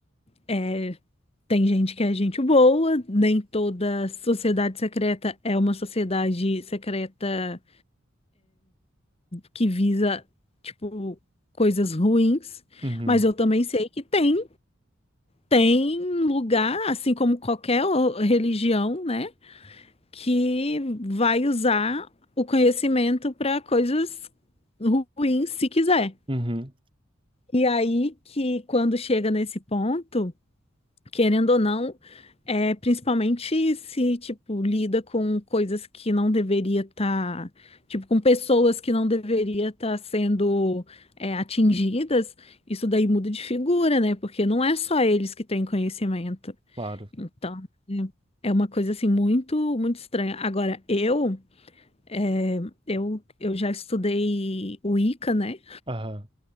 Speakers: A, on the left; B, on the right.
A: é, tem gente que é gente boa, nem toda sociedade secreta é uma sociedade secreta que visa, tipo, coisas ruins,
B: Uhum,
A: mas eu também sei que tem, tem lugar, assim como qualquer o- religião, né? que vai usar o conhecimento para coisas ru- ruins, se quiser.
B: uhum,
A: E aí que quando chega nesse ponto, querendo ou não, é, principalmente se, tipo, lida com coisas que não deveria estar, tipo, com pessoas que não deveria estar sendo é, atingidas, isso daí muda de figura, né? Porque não é só eles que têm conhecimento.
B: claro.
A: Então, é é uma coisa assim muito, muito estranha. Agora, eu é, eu, eu já estudei Wicca, né?
B: Aham,